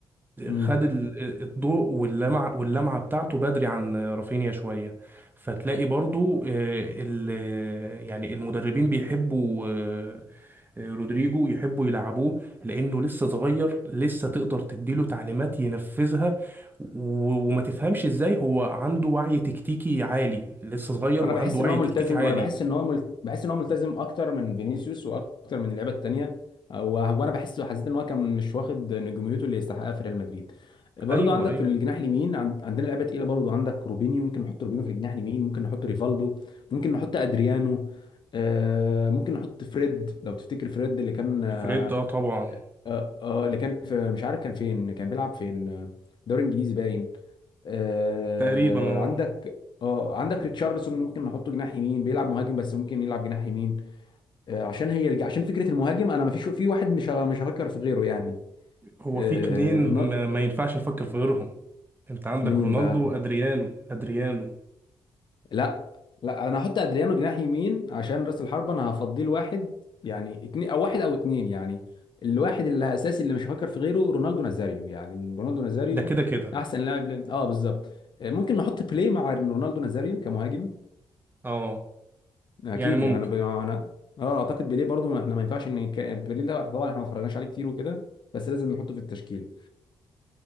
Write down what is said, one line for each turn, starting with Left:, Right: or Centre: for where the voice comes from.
Left: امم
Right: خد ال- الضوء واللمعة واللمعة بتاعته بدري عن رافينيا شوية فتلاقي برضو آه، ال- يعني المدربين بيحبوا آه، آه، رودريجو يحبوا يلعبوه لانه لسه صغير لسه تقدر تديله تعليمات ينفذها و- وما تفهمش ازاي هو عنده وعي تكتيكي عالي لسه صغير
Left: انا
Right: وعنده
Left: بحس
Right: وعي
Left: ان هو ملتزم
Right: تكتيكي عالي
Left: وانا بحس ان هو مل... بحس ان هو ملتزم اكتر من فينيسيوس واكتر من اللعيبه التانيه هو هو انا بحس حسيت ان هو كان مش واخد نجوميته اللي يستحقها في ريال مدريد برضو
Right: ايوه
Left: عندك
Right: ايوه
Left: في الجناح اليمين عن- عندنا لعيبه تقيله برضو عندك روبينيو ممكن نحط روبينيو في الجناح اليمين ممكن نحط ريفالدو ممكن نحط ادريانو آه ممكن نحط فريد لو تفتكر فريد اللي كان آه
Right: فريد اه طبعا
Left: آه آه، اللي كان في مش عارف كان فين كان بيلعب فين آه، دوري انجليزي باين آه
Right: تقريبا اه
Left: عندك اه عندك ريتشارلسون ممكن نحطه جناح يمين بيلعب مهاجم بس ممكن يلعب جناح يمين آه عشان هي الج- عشان فكره المهاجم انا ما فيش في واحد مش ه- مش هفكر في غيره يعني
Right: هو
Left: آه
Right: في اتنين
Left: رونالدو
Right: ما, ما ينفعش نفكر في غيرهم انت عندك
Left: مين
Right: رونالدو
Left: بقى
Right: وادريانو ادريانو
Left: لا لا انا هحط ادريانو جناح يمين عشان راس الحربه انا هفضيه لواحد يعني اتنين او واحد او اتنين يعني الواحد اللي اساسي اللي مش هفكر في غيره رونالدو نازاريو يعني رونالدو نازاريو
Right: ده كده كده
Left: احسن لاعب ل- اه بالظبط آه، ممكن نحط بلاي مع رونالدو نازاريو كمهاجم
Right: اه
Left: اكيد
Right: يعني ممكن
Left: يعني انا ب... انا اه اعتقد بيليه برضو ما احنا ما ينفعش ان ك... بيليه ده طبعا احنا ما اتفرجناش عليه كتير وكده بس لازم نحطه في التشكيله